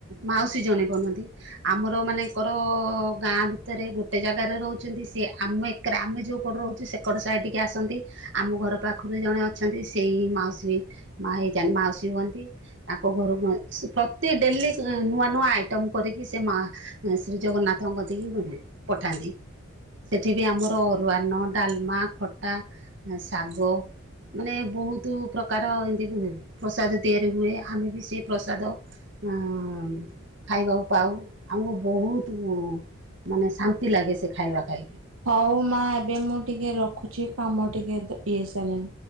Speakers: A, on the right; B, on the right.
A: ମାଉସୀ ଜଣେ ବନନ୍ତି ଆମର ମାନେ ତାଙ୍କର ଗାଁ ଭିତରେ ଗୋଟେ ଜାଗାରେ ରହୁଛନ୍ତି ସି ଆମ ଏକରେ ଆମେ ଯେଉଁ କଡ଼ରହୁଛୁ ସେ କଡ଼ ସାହି ଟିକେ ଆସନ୍ତି। ଆମ ଘର ପାଖରୁ ଜଣେ ଅଛନ୍ତି ସେଇ ମାଉସୀ ମା ହେଇ ମାଉସୀ ହୁଅନ୍ତି। ତାଙ୍କ ଘରକୁ ପ୍ରତି ଡେଲି ନୂଆ ନୂଆ ଆଇଟମ୍ ତମ କରିକି ସେ ମା ଶ୍ରୀ ଜଗନ୍ନାଥଙ୍କ ଦେଇକି ପଠାନ୍ତି। ସେଠି ବି ଆମର ଅରୁଆନ, ଡ଼ାଲମା, ଖଟା। ଶାଗ ମାନେ ବହୁତ ପ୍ରକାର ଏମତି ପ୍ରସାଦ ତିଆରି ହୁଏ ଆମେ ବି ସେ ପ୍ରସାଦ ଖାଇବାକୁ ପାଉ। ଆମକୁ ବହୁତ ମାନେ ଶାନ୍ତି ଲାଗେ ସେ ଖାଇବା ଖାଇକି।
B: ହଉ ମା ଏବେ ମୁଁ ଟିକେ ରଖୁଛି କାମ ଟିକେ ଇଏ ସାରେ।